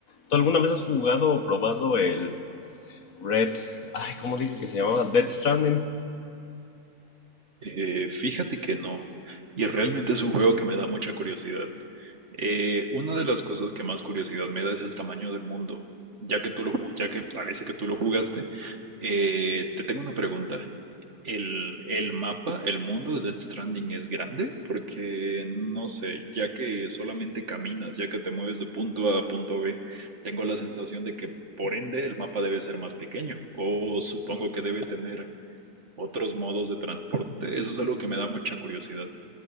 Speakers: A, on the left; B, on the right.
A: ¿Tú alguna vez has jugado o probado el Red? Ay, ¿cómo dije que se llamaba? Dead Stranding.
B: Eh, fíjate que no, y realmente es un juego que me da mucha curiosidad. Eh, una de las cosas que más curiosidad me da es el tamaño del mundo. Ya que tú lo, ju- ya que parece que tú lo jugaste, eh, te tengo una pregunta. ¿El, el mapa, el mundo de Death Stranding es grande? Porque no sé, ya que solamente caminas, ya que te mueves de punto A a punto B, tengo la sensación de que por ende el mapa debe ser más pequeño, o supongo que debe tener otros modos de transporte. Eso es algo que me da mucha curiosidad.